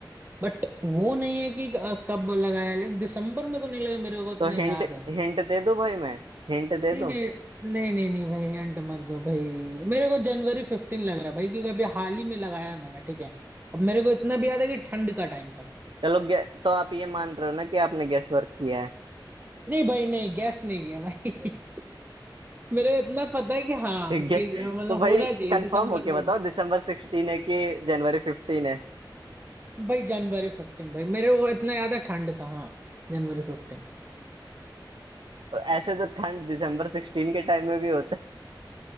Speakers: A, on the right; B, on the right.
A: बट वो नहीं है कि अ, कब लगाया लेकिन दिसंबर में तो नहीं लगा मेरे को इतना
B: तो
A: याद
B: हिंट
A: है
B: हिंट दे दूं भाई मैं हिंट दे
A: नहीं
B: दूं
A: नहीं नहीं नहीं नहीं भाई हिंट मत दो भाई मेरे को जनवरी फिफ्टीन लग रहा है भाई क्योंकि अभी हाल ही में लगाया है मैंने ठीक है अब मेरे को इतना भी याद है कि ठंड का टाइम था
B: चलो गे- तो आप ये मान रहे हो ना कि आपने गेस वर्क किया है
A: नहीं भाई नहीं गैस नहीं किया भाई <laughs> मेरे को इतना पता है कि हाँ
B: ठीक
A: कि
B: है
A: अ, मतलब
B: तो भाई
A: होना चाहिए
B: कंफर्म
A: दिसंबर
B: होके
A: में
B: बताओ दिसंबर सिक्सटीन है कि जनवरी फिफ्टीन है
A: भाई जनवरी फिफ्टीन भाई मेरे को इतना याद है ठंड था हाँ जनवरी फिफ्टीन
B: ऐसे तो ठंड दिसंबर सिक्सटीन के टाइम में भी होता